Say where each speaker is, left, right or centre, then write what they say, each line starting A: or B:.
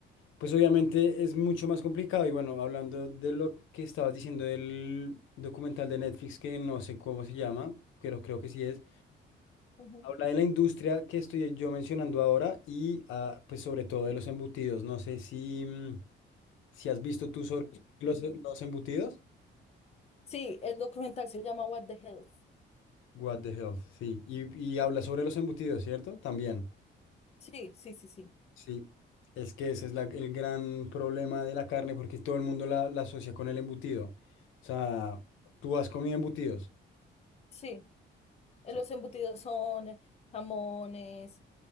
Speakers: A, on the left (about 80°); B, on the left (about 30°).
A: pues obviamente es mucho más complicado. Y bueno, hablando de lo que estabas diciendo del documental de Netflix, que no sé cómo se llama, pero creo que sí es,
B: Ujú.
A: habla de la industria que estoy yo mencionando ahora y ah, pues sobre todo de los embutidos. No sé si, mm, si has visto tú sobre los, los embutidos.
B: Sí, el documental se llama What the Health.
A: What the hell, sí. Y, y habla sobre los embutidos, ¿cierto? También.
B: Sí, sí, sí, sí.
A: Sí, es que ese es la- el gran problema de la carne porque todo el mundo la, la asocia con el embutido. O sea, tú has comido embutidos.
B: Sí, eh,
A: So-
B: los embutidos son eh, jamones,